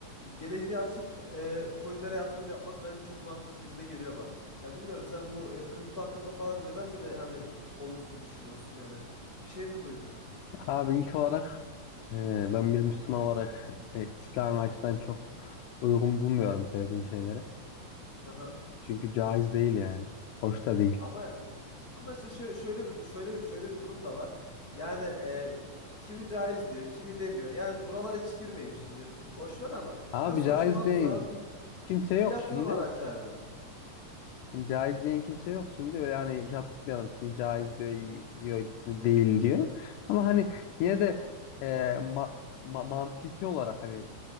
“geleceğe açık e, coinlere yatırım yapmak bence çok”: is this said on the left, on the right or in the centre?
Left